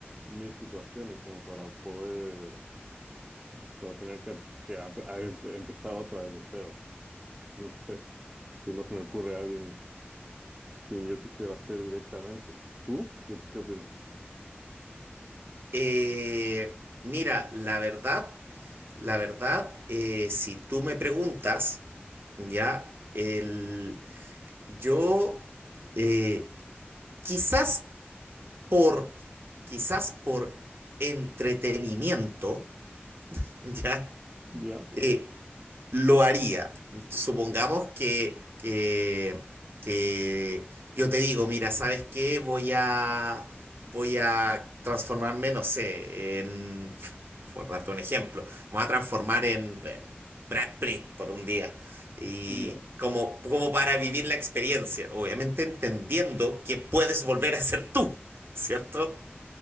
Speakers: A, on the right (about 20°); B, on the right (about 65°).
A: mis situaciones como para poder, para tener que, que ap- a empe- empezar otra desde cero. No sé, si no se me ocurre a alguien quien yo quisiera ser directamente. ¿Tú? ¿Qué, qué opinas?
B: Eh, mira, la verdad, la verdad, eh, si tú me preguntas, ya, el, yo eh, quizás por, quizás por entretenimiento, <laughs> ya
A: ¿Ya?
B: eh, lo haría. Supongamos que, que, que yo te digo, mira, ¿sabes qué? Voy a, voy a transformarme, no sé, en, <laughs> por darte un ejemplo, me voy a transformar en, en Brad Pitt por un día. Y
A: ¿Ya?
B: como, como para vivir la experiencia, obviamente entendiendo que puedes volver a ser tú, <laughs> ¿cierto?